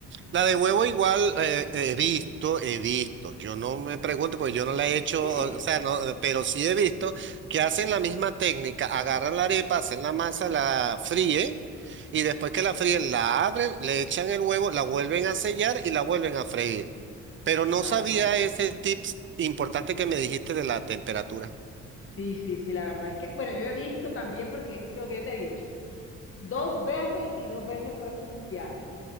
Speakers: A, on the right; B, on the left.
A: La de huevo igual eh, he visto, he visto. Yo no me pregunto porque yo no la he hecho,
B: <laughs>
A: o sea, no, eh, pero sí he visto que hacen la misma técnica, agarran la arepa, hacen la masa, la fríen y después que la fríen la abren, le echan el huevo, la vuelven a sellar y la vuelven a freír. Pero no
B: Ah,
A: sabía
B: ok.
A: ese tips importante que me dijiste de la temperatura.
B: Sí, sí, sí, la verdad es que, bueno, yo he visto también porque, de lo que yo te he dicho, dos veces y dos veces fue un fiasco.